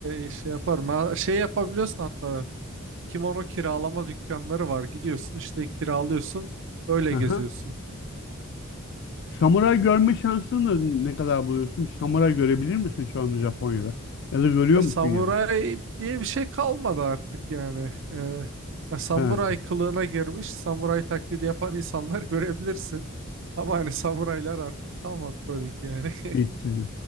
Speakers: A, on the right; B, on the left.
A: e, şey yaparım. Ha, şey yapabiliyorsun hatta kimono kiralama dükkanları var. Gidiyorsun işte kiralıyorsun öyle geziyorsun.
B: Aha. Samuray görme şansını da ne kadar buluyorsun? Samuray görebilir misin şu anda Japonya'da? Ya da görüyor
A: Ya,
B: musun
A: samuray
B: yani?
A: diye bir şey kalmadı artık yani. E, ya, samuray
B: Ha,
A: kılığına girmiş, samuray taklidi yapan insanlar <laughs> görebilirsin. Ama hani samuraylar artık kalmadı tabii ki yani. <laughs>
B: bitti